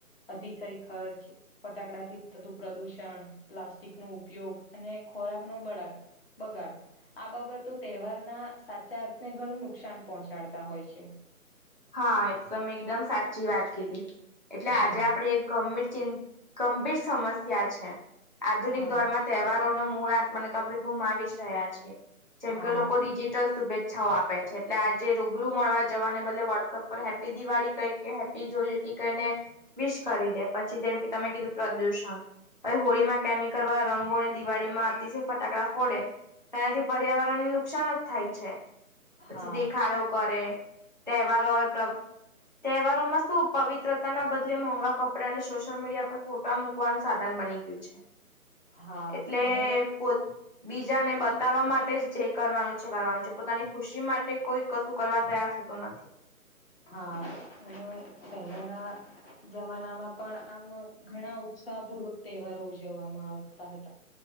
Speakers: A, on the left; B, on the right.
A: અતિશય ખર્ચ. ફટાકડા થી થતું પ્રદુષણ પ્લાસ્ટિક નો ઉપયોગ અને ખોરાક નો બળાક. બગાડ આ બાબતો તહેવારના સાચા અર્થને ઘણું નુકસાન પહોંચાડતા હોય છે.
B: હા એ તો મેં એકદમ સાચી વાત કીધી એટલે
A: હા
B: આજે આપણે એક <unintelligible> ગંભીર સમસ્યા છે આધુનિક
A: હા
B: દોરમાં તહેવારો નો મૂળાંક મને તો આપણે ગુમાવી જ રહ્યા છીએ જેમ
A: હા
B: કે લોકો ડિજિટલ સુભે છાઓ આપે છે એટલે આજે રૂબરૂ મળવા જવાને બદલે વોટ વ્હોટશોપ હેપી દિવાળી કઈ કે હેપી જોલેટી કઈ ને વિશ કરી દે પછી જેમ કે તમે કીધું પ્રદૂષણ હવે હોળીમાં કેમિકલ વાળા રંગોને દિવાળીમાં અતિશય ફટાકડા ફોડે. તેનાથી પર્યાવરણને નુકસાન જ થાય છે પછી
A: હા
B: દેખાડો કરે. વારો હવે ટ્રપ તહેવારો માં શું પવિત્રતા ના બદલે મોંઘા કપડાં અને સોશિયલ મીડિયા પર ફોટા મુક મૂકવાનું સાધન બની ગયું છે
A: હા
B: એટલે
A: અને
B: પોત બીજાને બતાવવા માટે જ જે કરવાનું છે કરવાનું છે પોતાની ખુશી માટે કોઈ કશું કરવા તૈયાર થતું નથી.
A: હા અને પહેલાના જમાના માં પણ આમ ઘણા ઉત્સાહ પૂર્વક તહેવારો ઉજવવામાં આવતા હતા.